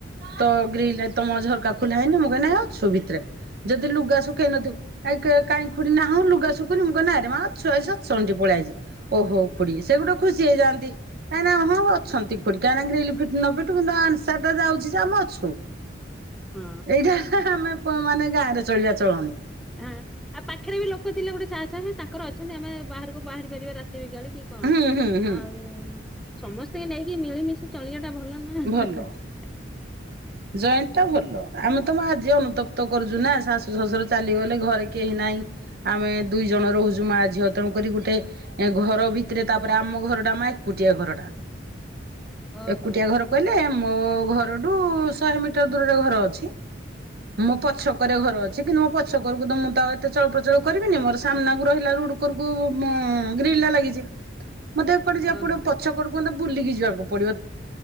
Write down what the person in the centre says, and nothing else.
ହଁ
ହଁ ଆଉ ପାଖେରେ ବି ଲୋକ ଥିଲେ ଗୋଟେ ସାହସ ଅଛି ତାଙ୍କର ଅଛନ୍ତି ଆମେ ବାହାରକୁ ବାହାରି ପାରିବା ରା ତି ବିକାଳି କି କଣ
ଆଉ ସମସ୍ତିଙ୍କି ନେଇକି ମିଳିମିଶି ଚଳିବା ଟା ଭଲ ନା।
<inaudible>
ଓହୋ
ଓହୋ